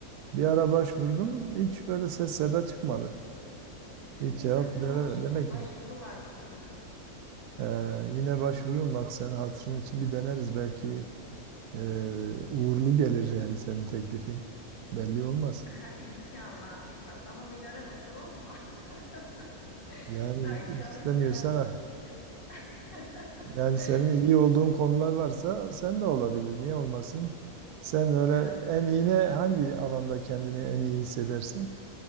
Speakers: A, on the right; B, on the left.
A: Bir ara başvurdum. Hiç böyle ses seda çıkmadı.
B: Öyle
A: Hiç cevap
B: mi?
A: bile
B: Ama
A: vermedi.
B: çok
A: Demek
B: başvuru
A: ki
B: var sanırım.
A: ee, yine başvururum bak senin hatırın için bir deneriz belki. Ee, uğurlu
B: Evet.
A: gelir yani senin teklifin. Belli olmaz.
B: <laughs> İnşallah, inşallah. Ama beni arama tamam mı? <laughs>
A: Yani
B: Belki yanlış
A: istemiyorsan
B: veren
A: ah,
B: bilirim. <laughs>
A: yani senin iyi olduğun konular varsa sen de olabilir. Niye olmasın? Sen öyle
B: Ya
A: en iyi ne hangi alanda kendini en iyi hissedersin?